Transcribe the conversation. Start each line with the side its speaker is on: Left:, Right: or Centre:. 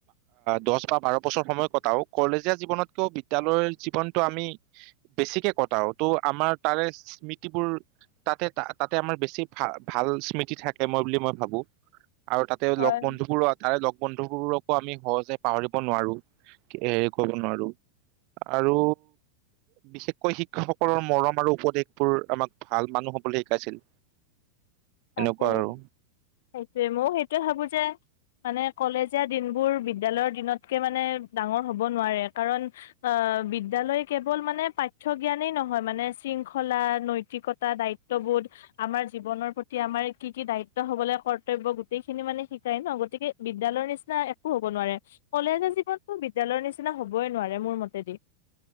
Right: দহ বা বাৰ বছৰ সময় কটাও কলেজীয়া জীৱনতকেও বিদ্যালয়ৰ জীৱনটো আমি বেছিকে কটাও ত' আমাৰ তাৰে স্মৃতিবোৰ তাতে ত তাতে আমাৰ বেছি ভাল ভাল স্মৃতি থাকে মই বুলি মই ভাবো আৰু তাতে
Left: হয়
Right: লগ বন্ধু বোৰো তাৰে লগ বন্ধুবোৰকো আমি সহজে পাহৰিব নোৱাৰো হেৰি কৰিব নোৱাৰো আৰু বিশেষকৈ শি শিক্ষক সকলৰ মৰম আৰু উপদেশ বোৰ আমাক ভাল মানুহ হ'বলে শিকাইছিল
Left: তাকে
Right: এনেকুৱা আৰু
Left: সেইটোৱে ময়ো সেইটোয়ে ভাবো যে মানে কলেজীয়া দিনবোৰ বিদ্যালয়ৰ দিনতকে মানে ডাঙৰ হ'ব নোৱাৰে কাৰণ আহ বিদ্যালয় কেৱল মানে পাঠ্য জ্ঞানেই নহয় মানে শৃংখলা নৈতিকতা দায়িত্ববোধ আমাৰ জীৱনৰ প্ৰতি প্ৰতি আমাৰ কি কি দায়িত্ব হ'ব লাগে কৰ্তব্য গোটেইখিনি মানে শিকাই ন গতিকে বিদ্যালয়ৰ নিচিনা একো হ'ব নোৱাৰে কলেজীয়া জীৱনতো বিদ্যালয়ৰ নিচিনা হ'বই নোৱাৰে মোৰ মতেদি